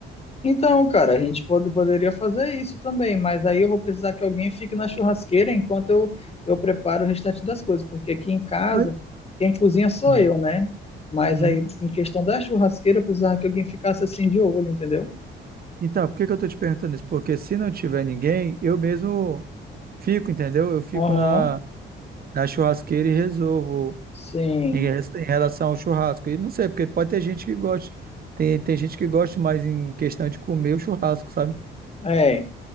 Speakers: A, on the left; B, on the right.
A: Então, cara, a gente pode- poderia fazer isso também, mas aí eu vou precisar que alguém fique na churrasqueira enquanto eu, eu preparo o restante das coisas, porque aqui em casa,
B: Mas-
A: quem cozinha sou
B: Hum.
A: eu, né? Mas
B: Uhum.
A: aí, em questão da churrasqueira, eu precisava que alguém ficasse assim de olho, entendeu?
B: Então, por que que eu tô te perguntando isso? Porque se não tiver ninguém, eu mesmo fico, entendeu? Eu fico
A: Aham,
B: na, na churrasqueira e resolvo
A: sim.
B: em, re- em relação ao churrasco. E não sei, porque pode ter gente que goste. Tem, tem gente que gosta mais em questão de comer o churrasco, sabe?
A: É,